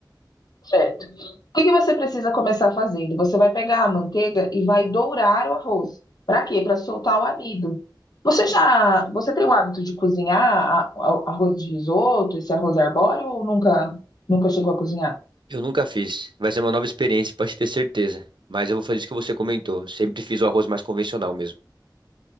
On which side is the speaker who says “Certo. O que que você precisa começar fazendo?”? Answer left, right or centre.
Left